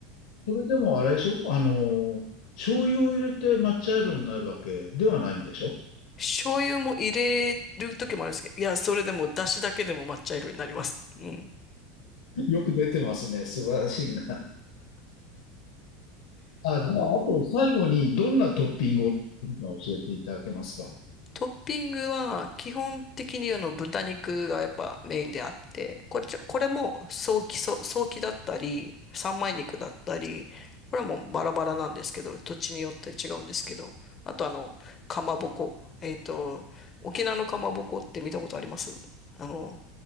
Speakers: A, on the left; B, on the left.
A: それでもあれでしょあの、醤油を入れて抹茶色になるわけではないんでしょ
B: 醤油も入れる時もあるんですけど、いや、それでも出汁だけでも抹茶色になります。うん。
A: よく出てますね。素晴らしいな。あ、じゃあ、あと最後にどんなトッピングをするか教えていただけますか。
B: トッピングは基本的にあの豚肉がやっぱメインであって、これちこれも早期、早早期だったり、三枚肉だったり、これはもうバラバラなんですけど、土地によって違うんですけど、あとあの、かまぼこ。えっと、沖縄のかまぼこって見たことありますあの、